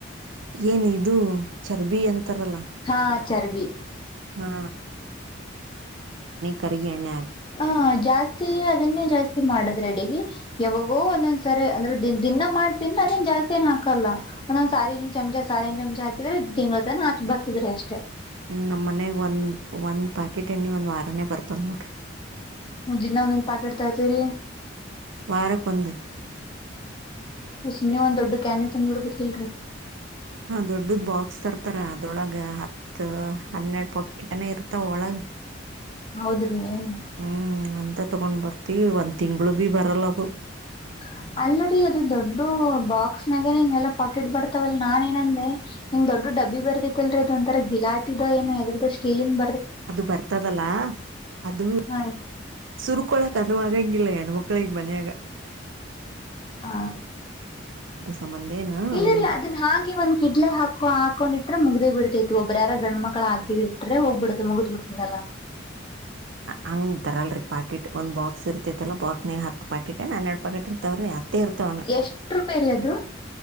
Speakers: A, on the right (about 70°); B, on the left (about 25°).
A: ಏನ್ ಇದು ಚರ್ಬಿ ಅಂತಾರಲ್ಲ
B: ಹಾ ಚರ್ಬಿ
A: ಹಾ ಕರಿಿಗೆ ಎಣ್ಣ
B: ಹ ಜಾಸ್ತಿ ಅದನ್ನೇ ಜಾಸ್ತಿ ಮಾಡದು ೆ ಯಾವಾಗೋ ಒಂದೊಂದ್ಸರಿ ಅಂದ್ರೆ ದಿನ ಮಾಡ್ತನ್್ರ ಅದನ್ ಜಾಸ್ತಿ ಏನ್ ಹಾಕಲ್ಲ ಒಂದಂದ್ಸ ಸಾರಿನ ಚಮಚಾ ಸಾರಿನ ಚಮ್ಚ ಹಾಕ್ರೆ ತಿಂಗಳ ತನ ಹಾಚ್ ಬರ್ತದ್ರೀ ಅಷ್ಟೇ
A: ನಮ್ಮ ಮನೆಗೆ ಒಂದು ಒಂದು ಪಾಕೆಟ್ ಎಣ್ಣೆ ಒಂದು ವಾರನೇ ಬರ್ತದೆ ನೋಡಿರಿ
B: ಹ ದನ್ನ ಒಂದಂಗ ಪಾಕ ಇಡ್ತಾ ಇರ್ತೀರಿ
A: ವಾರಕ್ಕೊಂದು
B: ನೀನ್ನವ ಒಂದ್ ದೊಡ್ ಕ್ಯಾನನ್ ತಂದ್ ಬಿಿಡ್ಬೇಕಿಲ್ರರಿ
A: ದೊಡ್ಡದ ಬಾಕ್ಸ್ ತರ್ತಾರ ಅದೊಳಗ ಹತ್ತು ಹನ್ನೆರಡು ಪಾಕೆಟ್ನೆ ಇರ್ತಾವ ಒಳಗ
B: ಹೌದ್ರಿ ಏ
A: ಹ್ಮ್ ಅಂತ ತಗೊಂಡ್ ಬರ್ತಿವಿ ಒಂದ್ ತಿಂಗ್ಗಳು ಭ ಬರಲ್ಲ ಅದು
B: ಹ್ಮ ಅಲ್ಲರೀ ಅದು ದೊಡ್ಡ ಬಾಕ್ಸ್ ನಾಗ ನಿಮ್ ಎಲ್ಲ ಪಾಕೆಟ್ ಬರ್ತಾವಲ್ಲ ನಾ ಏನಂದೆ ನಿಮ್ ದೊಡ್ಡ ಡಬ್ಬಿ ಬರ್ತಿತ್ತಲ್ರಿ ಅದ ಒಂರ ಗಿಾಟಿದ ಏನೋದದು ಸೀಲಿಿನ
A: ಅದು ಬರ್ತದಲ್ಲಾ ಅದು
B: ಹಾ ರೀ
A: ಸುರ್ಕೊಳಕ ಗಂಗಿಲ್ಲ ಹಣು ಮಕ್ಕಳ ಮನೆಯಾಗ
B: ಹ
A: ಸಂಬಂಧೇನ
B: ಇಲ್ಲ
A: ಇನ್
B: ರೀ ಅದನ್ ಹಾಗೆ ಒಂದ ಕಿಡ್ಲೆ ಹಾಕೋ ಹಾಕೊಂಡಿಟ್ರ ಮುಗಿ ಬಿಡತೈತಿ ಒಬ್ಬ್ರ ಯಾರ ಗ್ ಮಕ್ಳ ಹಾಕಿದ ಇಟ್ರೆ ಹೋಗ್ ಬಿಡತತ್ ಮುಗಿದ್ ಬಿಡ್ತದಲ್ಲ
A: ಹಂಗ ತರಲ್ರಿ ಪಾಕೆಟ್ ಒಂದ್ ಬಾಕ್ಸ್ ಇರ್ತೈತಲ್ಲಾ ಬಾಕ್ಸ್ ಹತ್ತು ಪಾಕೆಟ್ ನಾನ ಎರಡ್ ಪಾಕೆಟ್ ರೀ ತವ್ರ ಅತ್ತೇರ್ತವನ್ನು
B: ಎಷ್ಟ್ ರೂಪಾಯಿ ರೀ ಅದು